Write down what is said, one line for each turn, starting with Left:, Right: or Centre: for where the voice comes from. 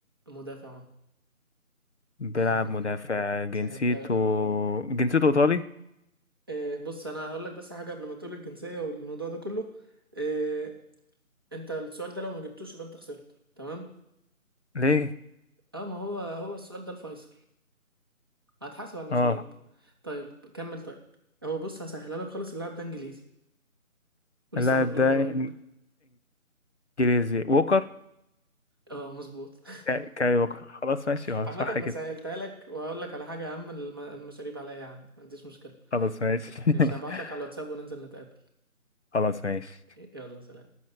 Right: مدافع اه
Left: بيلعب
Right: <laughs>
Left: مدافع جنسيته
Right: سهلت انا بقى
Left: جنسيته ايطالي
Right: إيه بص انا هقول لك بس حاجه قبل ما تقول الجنسيه والموضوع ده كله إيه انت السؤال ده لو ما جبتوش يبقى انت خسرت تمام
Left: ليه
Right: اه ما هو هو السؤال ده الفيصل هتحاسب على المشاريب
Left: اه
Right: طيب كمل طيب هو بص هسهلها لك خالص اللاعب ده انجليزي ولسه
Left: اللاعب
Right: ما نقول
Left: ده
Right: قريب
Left: إن- انجليزي ووكر
Right: اه مظبوط <laughs>
Left: كاي كاي ووكر خلاص ماشي هو
Right: عامة
Left: صح
Right: انا
Left: كده
Right: سهلتها لك وهقول لك على حاجة يا عم الم- المشاريب عليا يا عم ما عنديش مشكلة
Left: خلاص ماشي <laughs>
Right: ماشي هبعت لك على الواتساب وننزل نتقابل
Left: خلاص ماشي
Right: يلا سلام